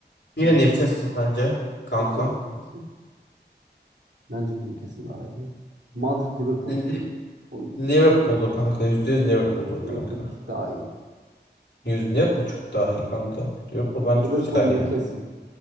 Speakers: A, on the left (about 70°); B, on the right (about 75°).
A: Yine
B: Hı.
A: Newcastle bence kanka.
B: Newcastle. Newcastle. Bence de Newcastle daha iyi. Madrid Liverpool. Uf.
A: Li-
B: Oy.
A: Liverpool'dur kanka. yüzde yüz Liverpool'dur
B: Liverpool
A: kanka.
B: bir tık daha iyi.
A: Yüzde Liverpool çok daha iyi kanka. Liverpool bence
B: Liverpool
A: güzel
B: Newcastle.
A: yani.